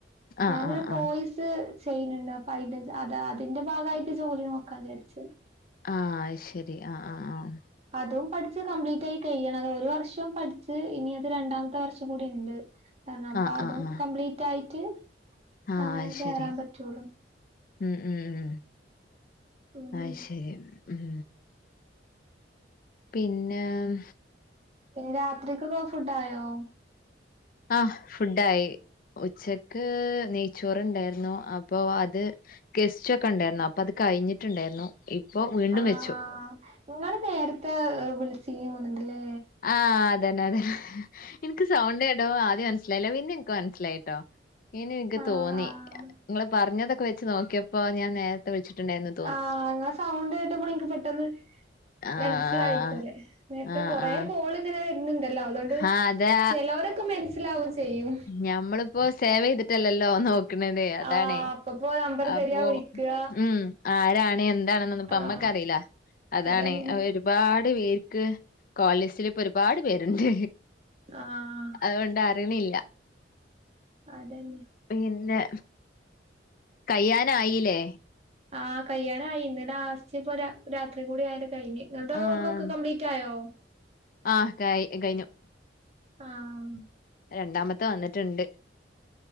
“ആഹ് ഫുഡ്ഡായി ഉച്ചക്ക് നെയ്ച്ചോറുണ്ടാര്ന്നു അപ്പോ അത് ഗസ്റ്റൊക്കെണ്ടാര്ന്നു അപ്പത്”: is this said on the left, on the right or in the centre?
Left